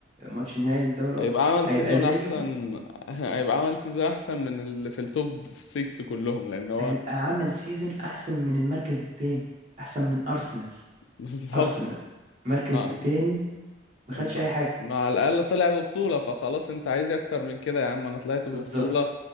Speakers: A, on the right (about 35°); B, on the left (about 80°).
A: ماتش نهائي الدوري الاوروبي
B: هيبقى عمل
A: هيبقى
B: سيزون
A: زيه
B: احسن <laughs> هيبقى عمل سيزون احسن من اللي في التوب 6 كلهم لان هو
A: هيبقى عمل سيزون احسن من المركز الثاني احسن من ارسنال
B: <laughs> بالظبط
A: ارسنال المركز
B: نعم
A: الثاني ما خدش
B: انه
A: اي حاجه
B: انه على الاقل طلع ببطولة فخلاص انت عايز إيه اكتر من كده يا عم انا طلعت ببطولة
A: بالظبط